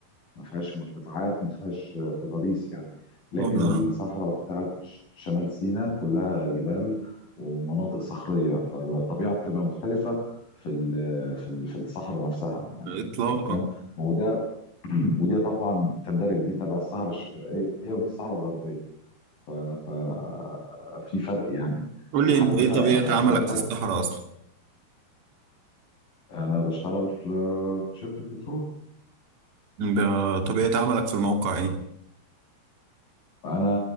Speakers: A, on the left; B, on the right.
A: ما فيهاش مرتفعات ما فيهاش آه، تضاريس يعني لكن
B: اه لا
A: الصحراء بتاعت ش- شمال سيناء كلها جبال ومناطق صخرية فالطبيعة بتبقى مختلفة في ال- في ال- في الصحراء نفسها يعني
B: اطلاقا
A: ف- فاهم وده <clears throat> ودي طبعا تندرج دي تبع الصحراء الشرقية ودي الصحراء الغربية ففي فرق يعني
B: قول
A: وحتى
B: لي انت ايه
A: ف...
B: طبيعة
A: حتى
B: عملك
A: فرق
B: في الصحراء اصلا
A: انا بشتغل في في شركة بترول
B: ب- طبيعة عملك في الموقع ايه
A: انا